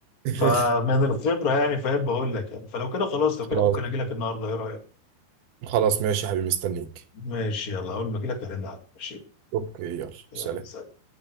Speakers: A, on the right; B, on the left.
A: <laughs>
B: فمن الخبره يعني فاهم بقول لك يعني فلو كده خلاص لو كده
A: خلاص
B: ممكن اجي لك النهارده ايه رايك
A: خلاص ماشي يا حبيبي مستنيك
B: ماشي يلا أول ما أجيلك هرن عليك ماشي
A: اوكي يلا
B: يلا
A: سلام
B: سلام